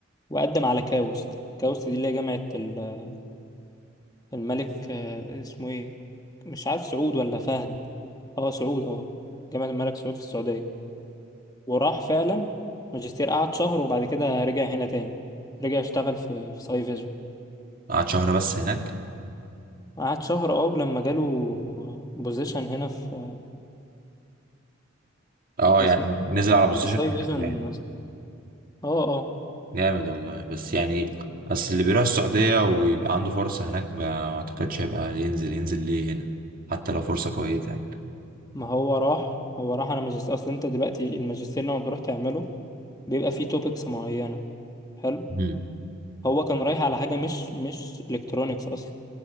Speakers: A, on the left; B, on the right.
A: وقدم على كاوست كاوست دي اللي هي جامعة ال- الملك آه، اسمه ايه مش عارف سعود ولا فهد اه سعود اه جامعة الملك سعود في السعودية وراح فعلا ماجستير قعد شهر وبعد كده رجع هنا تاني رجع اشتغل في في ساي فيجن
B: قعد شهر بس هناك
A: قعد شهر اه ولما جاله بوزيشن هنا في
B: اه
A: في اسم
B: يعني نزل على بوزيشن
A: في ساي
B: حلو
A: فيجن
B: يعني
A: اه اه
B: جامد والله بس يعني اصل اللي بيروح السعودية ويبقى عنده فرصة هناك ما ما اعتقدش هيبقى ينزل ينزل ليه هنا حتى لو فرصة كويسة يعني
A: ما هو راح هو راح على ماجستير اصل انت دلوقتي الماجستير لما بتروح تعمله بيبقى فيه توبكس معينة حلو
B: امم
A: هو كان رايح على حاجة مش مش الكترونيكس اصلا